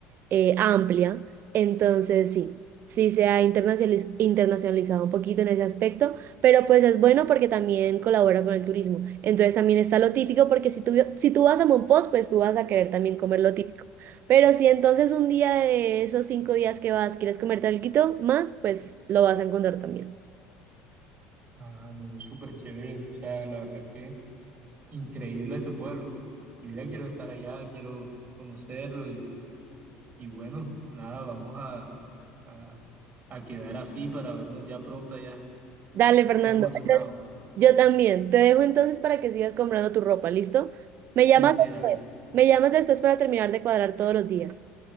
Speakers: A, on the right; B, on the right.
A: eh, amplia. Entonces, sí, sí se ha internacionaliz- internacionalizado un poquito en ese aspecto, pero pues es bueno porque también colabora con el turismo. Entonces también está lo típico, porque si tú, si tú vas a Mompox, pues tú vas a querer también comer lo típico. Pero si entonces un día de esos cinco días que vas quieres comerte algo más, pues lo vas a encontrar también.
B: Ah, no, súper chévere. O sea, la verdad es que increíble ese pueblo. Yo ya quiero estar allá, quiero conocerlo y, y bueno, nada, vamos a, a, a quedar así para vernos ya pronto allá.
A: Dale, Fernando.
B: Estoy emocionado.
A: Entonces, yo también. Te dejo entonces para que sigas comprando tu ropa, ¿listo? Me
B: Sí,
A: llamas
B: sí,
A: después.
B: dale.
A: Me llamas después para terminar de cuadrar todos los días.